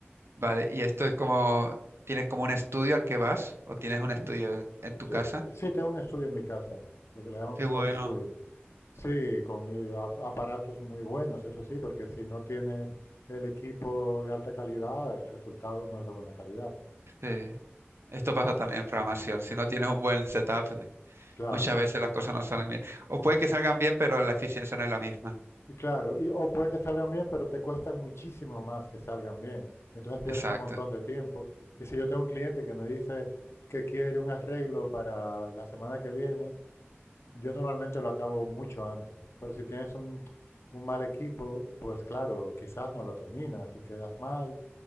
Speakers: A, on the right (about 70°); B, on the left (about 80°).
A: vale. ¿Y esto es como... ¿Tienes como un estudio al que vas? ¿O tienes
B: S-
A: un estudio
B: n-
A: en en tu
B: te-
A: casa?
B: Sí, tengo un estudio en mi casa, lo que le llaman
A: Qué bueno.
B: home studio. Sí, con eh, ap- aparatos muy buenos, eso sí, porque si no tienes el equipo de alta calidad, el resultado no es de buena calidad.
A: Sí. Esto
B: Y entonces,
A: pasa también en programación. Si no tienes un buen setup, eh,
B: claro,
A: muchas veces las cosas no salen bien. O puede que salgan bien, pero la eficiencia no es la misma.
B: y claro, y, o puede que salgan bien, pero te cuesta muchísimo más que salgan bien. Y entonces pierdes
A: Exacto.
B: un montón de tiempo. Y si yo tengo un cliente que me dice que quiere un arreglo para la semana que viene, Yo normalmente lo acabo mucho antes, pero si tienes un, un mal equipo, pues claro, quizás no lo terminas y quedas mal,